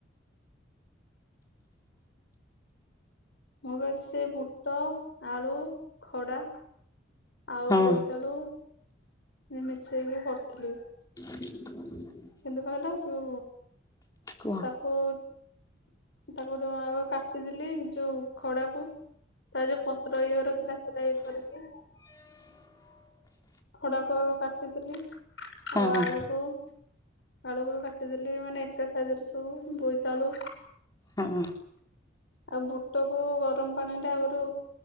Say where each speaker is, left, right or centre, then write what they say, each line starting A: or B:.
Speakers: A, on the left; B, on the left.
A: ମୁଁ ବି ଆଜି ସେଇ ବୁଟ ଆଳୁ ଖଡ଼ା ଆଉ
B: ହଁ
A: ବୋଇତାଳୁ ମିଶେଇକି କରିଥିଲି।
B: <inaudible>
A: କିନ୍ତି କହିଲ ଯୁ
B: କୁହ?
A: ତାକୁ-ତାକୁ ଆଗ କାଟିଦେଲି, ଯୋଉ ଖଡାକୁ ତାର ଯୋଉ ପତ୍ର ଇଏ ଗୁରା ଥିଲା ସେଟା ଇଏ କରିକି ଖଡ଼ାକୁ ଆଗ କାଟିଥିଲି ଆଉ
B: ହଁ ହଁ
A: ଆଳୁକୁ ଆଳୁକୁ କାଟିଦେଲି ମାନେ ଏକ ସାଇଜରେ ସବୁ ବୋଇତାଳୁ
B: ହୁଁ।
A: ଆଉ ବୁଟ କୁ ଗରମ ପାଣିରେ ଆଗରୁ